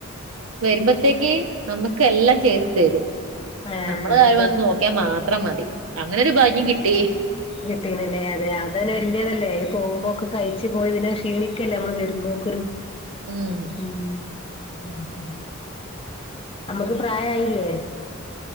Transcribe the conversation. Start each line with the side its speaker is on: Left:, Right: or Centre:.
Right: വരുമ്പൊത്തേക്ക് നമുക്ക് എല്ലാം ചെയ്ത് തരും
Left: ആഹ്
Right: നമ്മള കാര്യം
Left: അപ്പൊ
Right: വന്ന് നോക്ക്യാമാത്രം മതി അങ്ങനെ ഒരു ഭാഗ്യം കിട്ടി.
Left: കിട്ടീണല്ലേ, അതെ അതന്നെ വല്യതല്ലേ, ഈ പോകുമ്പൊക്കെ കയ്ച്ച് പോയി പിന്നെ ക്ഷീണിക്കല്ലേ നമ്മള് വരുമ്പോ. <unintelligible>
Right: ഉം
Left: ഉം ഉം. അമ്മക്ക് പ്രായായില്ലേ?